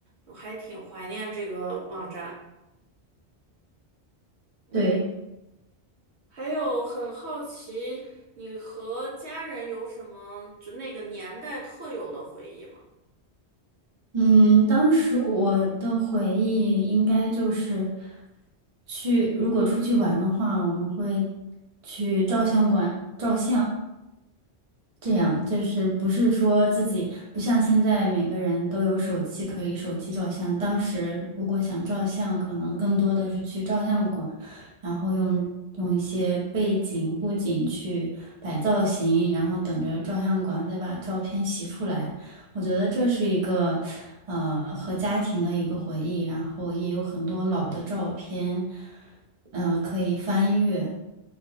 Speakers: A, on the right (about 70°); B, on the right (about 35°).
A: 我还挺怀念这个网站。嗯。
B: 对，
A: 还有很好奇，你和家人有什么就那个年代特有的回忆吗？
B: 嗯，当时我的回忆应该就是去，如果出去玩的话，我们会去照相馆照相。这样就是不是说自己不像现在每个人都有手机可以手机照相，当时如果想照相，可能更多的是去照相馆，然后用用一些背景布景去摆造型，然后等着照相馆再把照片洗出来。我觉得这是一个呃和家庭的一个回忆，然后也有很多老的照片，嗯、可以翻阅。